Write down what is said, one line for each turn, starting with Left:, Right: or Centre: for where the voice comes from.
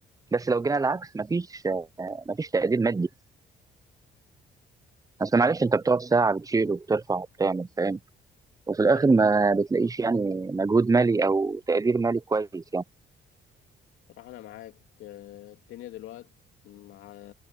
Right: بس لو جينا العكس مفيش آه، مفيش تقدير مادي اصل معلش انت بتقعد ساعه بتشيل وبترفع وبتعمل فاهم وفي الاخر
Left: يعني
Right: ما بتلاقيش يعني مجهود مالي او تقدير مالي كويس يعني
Left: صراحة انا معاك آه، الدنيا دلوقتي مع